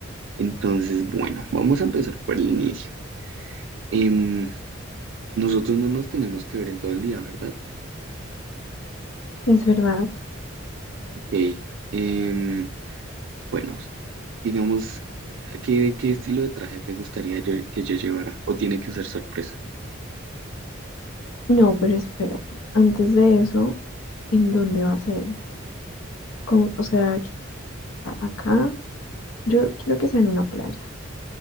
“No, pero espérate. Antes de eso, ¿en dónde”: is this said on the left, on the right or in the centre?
Left